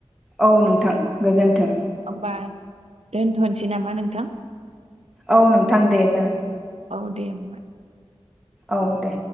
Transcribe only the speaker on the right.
होमबा दोनथ'नोसै नामा नोंथां
औ दे होमबा